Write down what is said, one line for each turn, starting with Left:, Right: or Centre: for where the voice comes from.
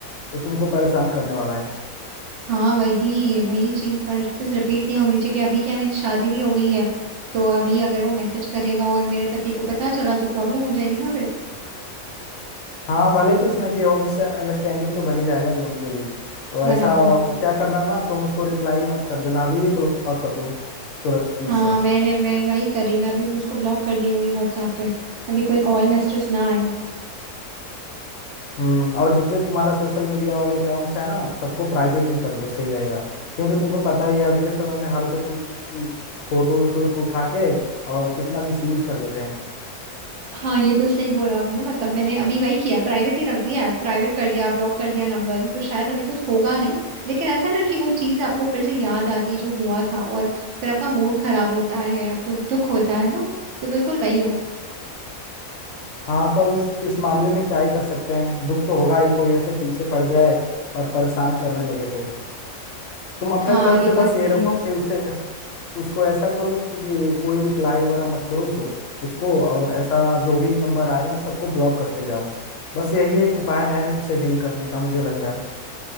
Left: वो तुमको परेशान करने वाला है
Right: हाँ वही वही चीज पर बस रिपीट नहीं होनी चाहिए कि अभी क्या मेरी शादी भी हो गई है तो अभी अगर वो मैसेज करेगा और मेरे पति को पता चला तो प्रॉब्लम हो जाएगी ना फिर
Left: हाँ भले कुछ ना किया हो मिसअंडरस्टैंडिंग तो बनी जाएगा दोनों के बीच तो
Right: बराबर
Left: ऐसा
Right: है।
Left: क्या करना ना तुम उसको रिप्लाई मत कर देना अभी ही ब्लॉक कर दो तुरंत
Right: हाँ
Left: से
Right: मैंने मैं वही करी मैं अभी मैं उसको ब्लॉक कर दी हुई व्हाट्सएप पे अभी कोई कॉल मैसेजेस ना आए
Left: हम्म और जितने तुम्हारा सोशल मीडिया वाले अकाउंट्स है ना सबको प्राइवेट भी कर दो सही रहेगा क्योंकि तुमको पता ही है अभी के समय में हर कोई फोटोज टोज को उठा के और कितना मिसयूज कर लेते हैं
Right: हाँ ये तो सही बोला आपने मतलब मैंने अभी वही किया प्राइवेट ही रख दिया है प्राइवेट कर दिया ब्लॉक कर दिया नंबर तो शायद अभी कुछ होगा नहीं लेकिन ऐसा है ना कि वो चीज़ आपको फिर से याद आती है जो हुआ था और फिर आपका मूड खराब होता है आपको दुख होता है ना तो बिल्कुल वही हुआ
Left: हाँ तो अब इस इस मामले में क्या ही कर सकते हैं दुख तो होगा ही कोई ऐसे पीछे पड़ जाए और परेशान करने लगे तो तुम अपने
Right: हाँ
Left: तरफ
Right: ये
Left: से
Right: बात
Left: बस
Right: सही
Left: ये रखो
Right: है
Left: कि उससे उसको ऐसा करो कि कोई रिप्लाई वगैरह मत करो उसको उसको और ऐसा जो भी नंबर आ रहे हैं सबको ब्लॉक करते जाओ बस यही एक उपाय है उससे डील करने का मुझे लग रहा है